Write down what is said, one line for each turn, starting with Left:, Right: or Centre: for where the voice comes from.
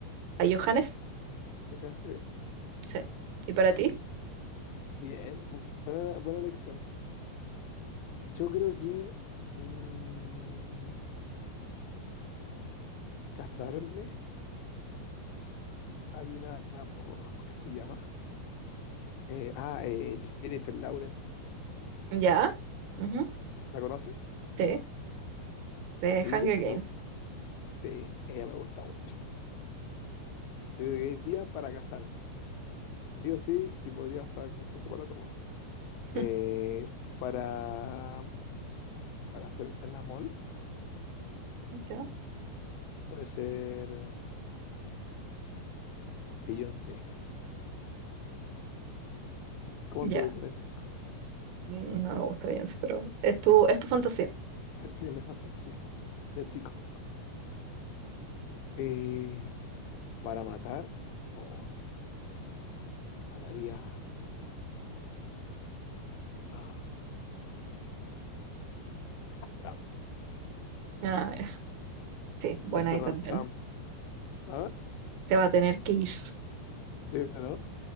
Right: ¿A Johannes?
Left: oh, yo cansé.
Right: Sí. ¿Y para ti?
Left: Bien, buena, buena elección. Yo creo que mm, casarme. Hay una, ¿cómo cómo es que se llama? Eh, ah, eh, Jennifer Lawrence.
Right: ya, ujú,
Left: ¿La conoces?
Right: sí, de
Left: Ella
Right: Hunger Games.
Left: me gusta. Sí, ella me gusta mucho. Yo creo que ella para casarme. Sí o sí, y podría estar incluso para todo.
Right: <laughs>
Left: Eh, para, para hacer el amor,
Right: Ya,
Left: puede ser Beyoncé. ¿Cómo
Right: ya,
Left: anduve con eso?
Right: no me gusta bien, pero es tu, es tu fantasía.
Left: <laughs> Sí, es mi fantasía de chico. Eh, para matar, oh, mataría a Trump,
Right: Ah, ya. sí, buena
Left: a Donald
Right: ahí también.
Left: Trump. ¿Ah?
Right: Se va a tener que ir.
Left: ¿Sí o no?